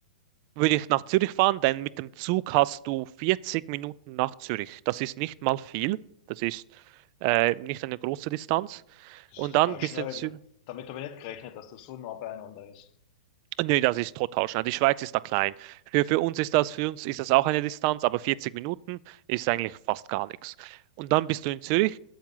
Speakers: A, on the right; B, on the left.
A: würde ich nach Zürich fahren, denn mit dem Zug hast du 40 Minuten nach Zürich. Das ist nicht mal viel. Das ist äh, nicht eine große Distanz.
B: Das
A: Und
B: ist total
A: dann bist
B: schnell.
A: du in Zü
B: Ich hab, damit habe ich nicht gerechnet, dass das so nah beieinander ist.
A: Nee, das ist total schnell. Die Schweiz ist da klein. Für, für uns ist das, für uns ist das auch eine Distanz, aber 40 Minuten ist eigentlich fast gar nichts. Und dann bist du in Zürich.